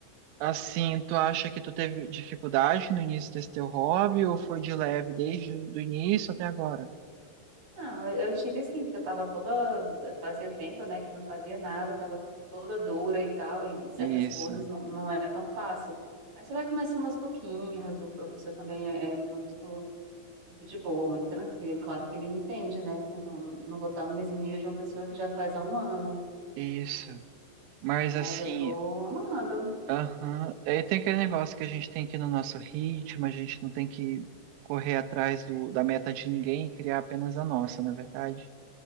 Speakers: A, on the right (about 80°); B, on the right (about 50°).
A: Assim, tu acha que tu teve dificuldade no início desse teu hobby ou foi de leve desde o início até agora?
B: não, eu eu tive assim, porque eu tava toda. Fazia tempo, né, que não fazia nada, tava toda dura e tal, e, e certas
A: Isso,
B: poses não, não é tão fácil. Mas você vai começando aos pouquinhos, o professor também é, é muito, muito de boa, muito tranquilo. Claro que ele entende, né? com- Não vou estar no mesmo nível de uma pessoa que já faz há um ano,
A: isso. Mas
B: mas
A: assim,
B: eu tô amando.
A: aham, Aí tem aquele negócio que a gente tem que ir no nosso ritmo, a gente não tem que correr atrás do, da meta de ninguém e criar apenas a nossa, não é verdade?